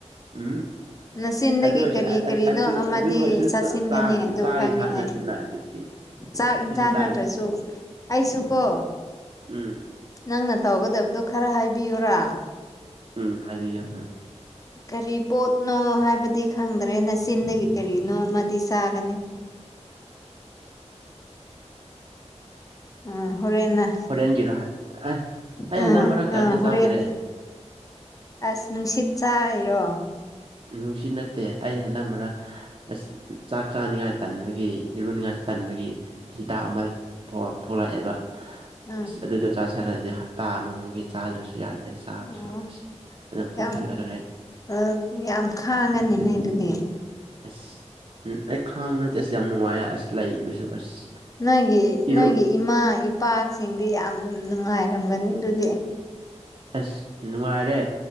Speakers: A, on the right; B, on the left.
A: ꯎꯝ
B: ꯅꯆꯤꯟꯗꯒꯤ
A: ꯑꯗꯨ ꯑꯣꯏꯔꯁꯨ
B: ꯀꯔꯤ
A: ꯑ
B: ꯀꯔꯤꯅꯣ
A: ꯑ ꯑꯗꯨ
B: ꯑꯃꯗꯤ
A: ꯑꯗꯨ ꯑꯣꯏꯔꯁꯨ
B: ꯆꯥꯁꯤꯟꯒꯅꯤ
A: ꯆꯥ ꯆꯥꯛ
B: ꯑꯗꯨ
A: ꯆꯥꯛ
B: ꯈꯪꯉꯦ
A: ꯌꯦꯟꯁꯥꯡ ꯅꯇꯦꯅꯥ
B: ꯑꯩ
A: ꯑꯗꯨꯗꯤ
B: ꯆꯥꯛ
A: ꯑꯗꯨꯗꯤ
B: ꯏꯟꯁꯥꯡ
A: ꯆꯥꯛ
B: ꯅꯠꯇ꯭ꯔꯁꯨ ꯑꯩꯁꯨ ꯀꯣ
A: ꯎꯝ
B: ꯅꯪꯅ ꯇꯧꯒꯗꯕꯗꯣ ꯈꯔ ꯍꯥꯏꯕꯤꯌꯨꯔꯥ
A: ꯎꯝ ꯍꯥꯏꯕꯤꯌꯨ ꯎꯝ
B: ꯀꯔꯤ ꯄꯣꯠꯅꯣ ꯍꯥꯏꯕꯗꯤ ꯈꯪꯗ꯭ꯔꯦꯅꯦ ꯆꯤꯟꯗꯒꯤ ꯀꯔꯤꯅꯣ ꯑꯃꯗꯤ ꯆꯥꯒꯅꯤ ꯎꯝ ꯍꯣꯔꯦꯟꯅ
A: ꯍꯣꯔꯦꯟꯒꯤꯔꯣ ꯍ ꯑꯦ ꯑꯩ
B: ꯎꯝ
A: ꯍꯟꯗꯛ ꯃꯔꯛ ꯀꯩꯝꯇ
B: ꯎꯝ
A: ꯆꯥꯗ꯭ꯔꯦ
B: ꯍꯣꯔꯦꯟ ꯑꯁ ꯅꯨꯡꯁꯤꯠ ꯆꯥꯔꯤꯔꯣ
A: ꯅꯨꯡꯁꯤꯠ ꯅꯠꯇꯦ ꯑꯩ ꯍꯟꯗꯛ ꯃꯔꯛ ꯑꯁ ꯆꯥꯛ ꯆꯥꯅꯤꯡꯉꯥꯏ ꯇꯟꯕꯒꯤ ꯏꯔꯨꯅꯤꯡꯉꯥꯏꯁꯨ ꯇꯟꯕꯒꯤ ꯍꯤꯗꯥꯛ ꯑꯃ <unintelligible> ꯊꯣꯛꯂꯛꯑꯦꯕ
B: ꯎꯝ
A: ꯑꯁ ꯑꯗꯨꯗꯣ ꯆꯥꯥꯁꯜꯂꯗꯤ ꯍꯞꯇꯥ ꯑꯃꯃꯨꯛꯀꯤ ꯆꯥꯗ꯭ꯔꯁꯨ ꯌꯥꯔꯅꯤ ꯆꯥꯛꯁꯨ
B: ꯑꯣ
A: ꯑꯁ ꯑꯗꯨꯝ ꯄꯨꯛ
B: ꯌꯥꯝ
A: ꯊꯜꯂꯒ ꯂꯩ
B: ꯑ ꯌꯥꯝ ꯈꯥꯡꯉꯅꯤꯅꯦ
A: ꯎꯝ
B: ꯑꯗꯨꯗꯤ
A: ꯑꯁ ꯎꯝ ꯑꯦ ꯈꯥꯡꯕ ꯅꯠꯇꯦ ꯑꯁ ꯌꯥꯝ ꯅꯨꯡꯉꯥꯏꯌꯦ ꯑꯁ ꯂꯩꯕꯁꯨ ꯑꯁ
B: ꯅꯪꯒꯤ
A: ꯏꯔꯨ
B: ꯅꯪꯒꯤ ꯏꯃꯥ ꯏꯄꯥꯁꯤꯡꯗꯤ ꯌꯥꯝ ꯅꯨꯡꯉꯥꯏꯔꯝꯒꯅꯤ ꯑꯗꯨꯗꯤ
A: ꯑꯁ ꯅꯨꯡꯉꯥꯏꯔꯦ